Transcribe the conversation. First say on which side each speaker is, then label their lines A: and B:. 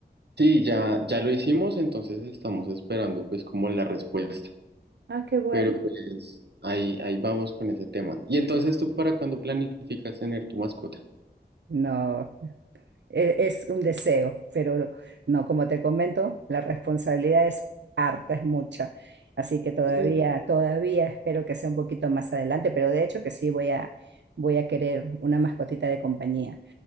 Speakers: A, on the right; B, on the right.
A: Sí, ya, ya lo hicimos, entonces estamos esperando pues como la respuesta.
B: Ah, qué bueno.
A: Pero pues ahí, ahí vamos con ese tema. Y entonces tú para cuándo planificas tener tu mascota?
B: No. e- es un deseo, pero no, como te comento, la responsabilidad es harta, es mucha. Así que todavía,
A: Eh,
B: todavía espero que sea un poquito más adelante, pero de hecho que sí voy a, voy a querer una mascotita de compañía.